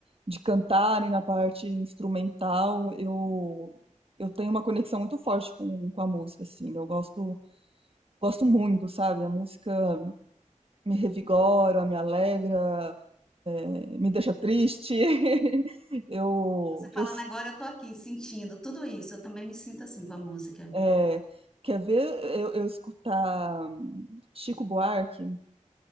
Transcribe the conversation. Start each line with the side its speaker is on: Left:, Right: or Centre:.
Right: de cantar, nem na parte instrumental, eu eu tenho uma conexão muito forte com, com a música, assim. Eu gosto gosto muito, sabe? A música me revigora, me alegra, eh, me deixa triste. <laughs> Eu
Centre: Você falando
Right: eu s-
Centre: agora, eu tô aqui sentindo tudo isso. Eu também me sinto assim com a música.
Right: é, quer ver eu, eu escutar Chico Buarque